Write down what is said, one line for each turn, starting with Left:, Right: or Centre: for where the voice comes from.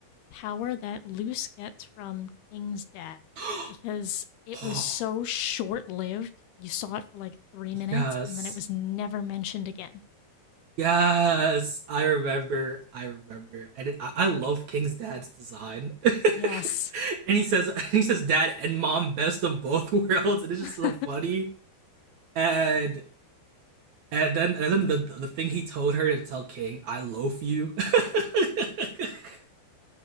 Left: power that Luce gets from King's dad
Right: <gasps>
Left: because it was
Right: oh,
Left: so short lived. You saw it for like three minutes
Right: yes.
Left: and then it was never mentioned again.
Right: Yes, I remember. I remember, and it, I, I love King's dad's design. <laughs> and
Left: Yes.
Right: he says, <laughs> and he says, "Dad and Mom, best of both <laughs> worlds," and it's just
Left: <laughs>
Right: so funny. And and then and then the the thing he told her to tell King, "I loaf you." <laughs>